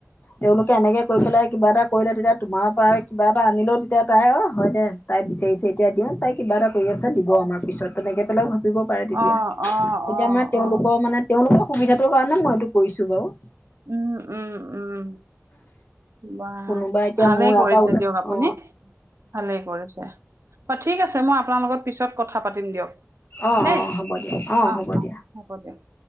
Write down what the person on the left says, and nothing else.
তেওঁলোকে এনেকে কৰি পেলাই কিবা এটা কৰিলে তেতিয়া তোমাৰ পৰা কিবা এটা আনিলেও তেতিয়া তাই অ হয় দে তাই বিচাৰিছে এতিয়া দিওঁ তাই কিবা এটা কৰি আছে দিব আমাৰ পিছত তেনেকৈ পেলাইও ভাবিব পাৰে তেতিয়া
তেতিয়া
মানে তেওঁলোকৰ
মানে তেওঁলোকৰ সুবিধাৰ কাৰণে মই এইটো কৰিছো বাৰু।
কোনোবা এতিয়া
মোৰ ইয়াৰ
পৰা ওলাই
অ
অ
অ হ'ব দিয়া
হ'ব
দিয়া।